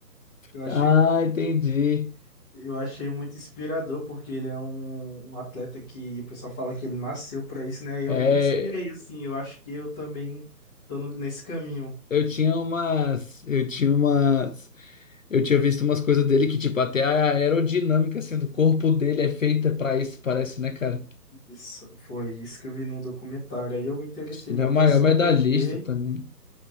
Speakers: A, in the centre; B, on the left.
A: Eu achei
B: Ah, entendi.
A: Eu achei muito inspirador, porque ele é um, um atleta que o pessoal fala que ele nasceu pra isso, né? Eu
B: É,
A: me inspirei, assim, eu acho que eu também tô no- nesse caminho.
B: Eu tinha umas, eu tinha umas, eu tinha visto umas coisas dele que, tipo, até a aerodinâmica, assim, do corpo dele é feita pra isso, parece, né, cara?
A: Isso, foi isso que eu vi no documentário. Aí eu me interessei
B: Ele
A: na
B: é
A: natação,
B: o maior medalhista
A: gostei.
B: também.